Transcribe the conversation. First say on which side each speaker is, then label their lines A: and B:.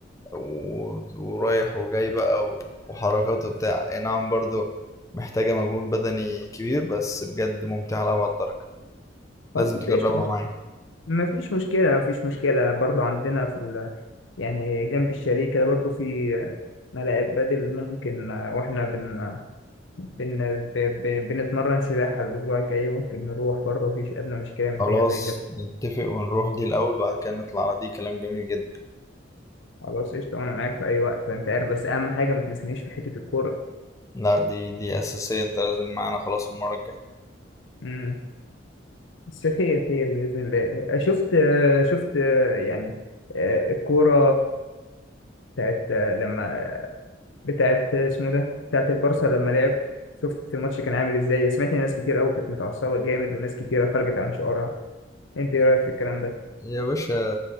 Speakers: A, on the left; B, on the left.
A: و... ورايح وجاي بقى و... وحركات وبتاع اي نعم برضو محتاجة مجهود بدني كبير بس بجد ممتعة على بعض الدرجة
B: خلاص
A: لازم تجربها
B: قشطه
A: معايا
B: ما فيش مشكلة ما فيش مشكلة برضو عندنا في ال... يعني جنب الشاليه كده برضو في ملاعب بدل ممكن آه، واحنا بن... بن... ب... ب... بنتمرن سباحة الأسبوع الجاي ممكن نروح برضو مفيش أدنى مشكلة من
A: خلاص
B: حاجة زي كده
A: نتفق ونروح دي الأول بعد كده نطلع على دي كلام جميل جدا
B: خلاص قشطة أنا معاك في أي وقت أنت عارف بس أهم حاجة ما تنسنيش في حتة الكورة
A: لا دي دي أساسية انت لازم معانا خلاص المرة الجاية
B: امم بس خير خير بإذن الله شفت شفت يعني آه، الكورة بتاعت لما بتاعت اسمه إيه ده بتاعت البارسا لما لعب شفت الماتش كان عامل ازاي سمعت ان ناس كتير قوي كانت متعصبه جامد وناس كتيره خرجت عن شعورها انت ايه رايك في الكلام ده
A: يا باشا